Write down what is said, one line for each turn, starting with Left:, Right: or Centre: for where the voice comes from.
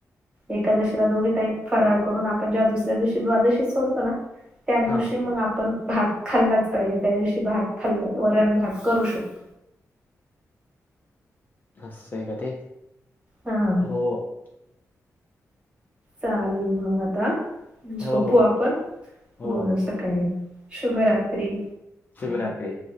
Right: एकादशीला दोघी टाईम फरळ करून आपण जेव्हा दुसऱ्या दिवशी द्वादशी सोडतो ना त्या दिवशी
Left: हां
Right: मग आपण भात खाल्लाच पाहिजे त्या दिवशी भात खाल्ला वरण, भात करू शकतो.
Left: अस आहे का ते
Right: हा
Left: हो.
Right: चालेल मग आता. झोपू
Left: हो हो
Right: आपण
Left: हो
Right: बोलू
Left: हो
Right: सकाळी शुभरात्री.
Left: शिवराात्री.